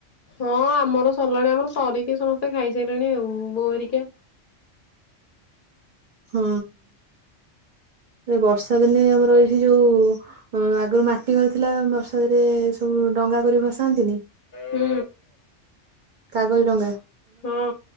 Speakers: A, on the left; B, on the right.
A: ହଁ ଆମର ସରିଲାଣି ଆମର ସରିକି ସମସ୍ତେ ଖାଇସାରିଲେଣି ଆଉ ହେରିକା।
B: ହଁ ଏ ବର୍ଷା ଦିନେ ଆମର ଏଇଠି ଯୋଉ ଅ ଆଗରୁ ମାଟି ଘର ଥିଲା ବର୍ଷାଦ ରେ ସବୁ ଡଙ୍ଗା କରି ଭସାନ୍ତିନି।
A: ହୁଁ।
B: କାଗଜ ଡ଼ଙ୍ଗା।
A: ହଁ